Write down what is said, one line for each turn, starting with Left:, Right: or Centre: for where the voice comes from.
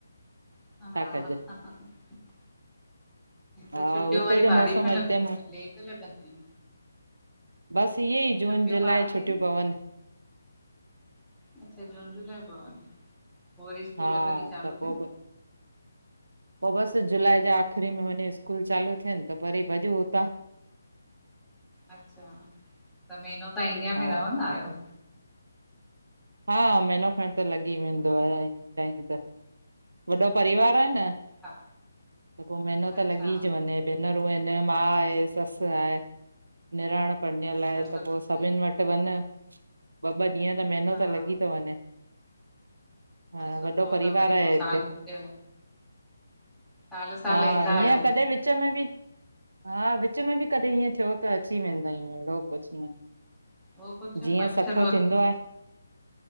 Centre: हा,
Right: छा कजे हा
Centre: त छुटियूं
Right: हुते
Centre: वरी
Right: जो
Centre: बारिश
Right: मौसम
Centre: में
Right: हिते
Centre: लॻंदियूं त लेट त लॻंदियूं न।
Right: बस इहे ई जून
Centre: छुटियूं
Right: जुलाई
Centre: ॿारनि
Right: छुटियूं
Centre: खे न,
Right: पवनि।
Centre: अच्छा जून जुलाई पवन, पो वरी स्कूल
Right: हा
Centre: कॾहिं चालू
Right: त पो
Centre: थियन?
Right: बि <inaudible> पो बस जुलाई जे आख़िरी में वञी स्कूल चालू थियनि त वरी भॼूं हुतां। <inaudible>
Centre: अच्छा त महिनो तव्हां इंडिया
Right: हा
Centre: में रवंदा आहियो?
Right: हा, महीनो खण त लॻी वेंदो आहे, ईंदा आयूं त। वॾो परिवार आ न
Centre: हा
Right: त पो महिनो
Centre: अच्छा
Right: त लॻीज वञे। भेनरूं आहिनि, मां आहे, सस आहे, निणान पणीअल
Centre: अच्छा
Right: आहे
Centre: सभु
Right: त पो सभिनि वटि त वञ ॿ ॿ ॾीअं त महिनो
Centre: हा
Right: थी तो वंञे, हा
Centre: सुठो
Right: वॾो परिवार
Centre: न वरी
Right: आहे
Centre: पोइ साल
Right: हिते।
Centre: छुटियो साल साल
Right: हा
Centre: ईंदा
Right: ईअं
Centre: आहियो
Right: कॾहिं विच में बि हा विच में बि कॾहिं ईअं थियो त अची वेंदा आयूं अहिड़ो कुझु न।
Centre: उह कुझु
Right: जीअं
Centre: फंक्शन
Right: सठो थींदो आहे